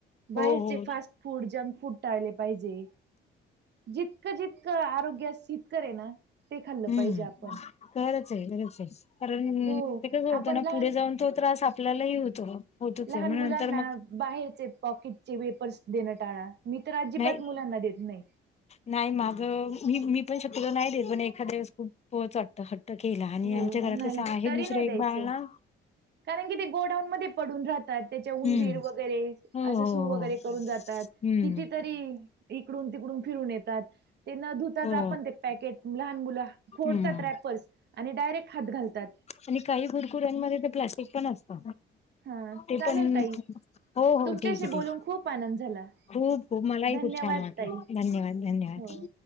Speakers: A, on the right; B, on the left.
A: बाहेरचे
B: हो हो
A: फास्ट फूड, जंक फूड टाळले पाहिजे. जितकं जितकं आरोग्यास हितकर आहे ना? ते खाल्लं
B: हम्म
A: पाहिजे आपण.
B: खरंच आहे खरंच आहे. कारण
A: हो
B: ते कसं होतं
A: आपण
B: ना?
A: लहान
B: पुढे जाऊन तो त्रास आपल्यालाही होतो. होतोच
A: लहान
B: आहे मग
A: मुलांना
B: नंतर मग
A: बाहेरचे पॉकेटचे वेफर्स देणं टाळा. मी तर अजिबात
B: नाही
A: मुलांना देत नाही.
B: नाही माझं. मी मी पण शक्यतो नाही देत. पण एखाद्या वेळेस खूपच वाटतो हट्ट. ट्ट केला. आणि
A: हो
B: आमच्या घरात
A: नाही
B: कसं आहे
A: तरी
B: एक दुसरं
A: नाही द्यायचे.
B: बाळ ना?
A: कारण की ते गोडाऊन मध्ये पडून राहतात. त्याच्यावर उंदीर
B: हम्म
A: वगैरे-
B: हो
A: असं
B: हो
A: सू वगैरे
B: हो
A: करून जातात.
B: हम्म
A: कितीतरी- इकडून तिकडून फिरून येतात. ते न धुताच
B: हो
A: आपण ते पॅकेट लहान मुलं- फोडतात
B: हम्म
A: रॅपर्स. आणि डायरेक्ट हात घालतात.
B: आणि काही कुरकुर्यांमध्ये तर प्लास्टिक पण असत
A: हा
B: ते
A: चालेल
B: पण-
A: ताई
B: हो हो
A: तुमच्याशी
B: ठीक आहे
A: बोलून
B: ठीक
A: खूप आनंद झाला.
B: खूप खूप. मलाही
A: धन्यवाद
B: खूप छान वाटलं.
A: ताई
B: धन्यवाद धन्यवाद.
A: हो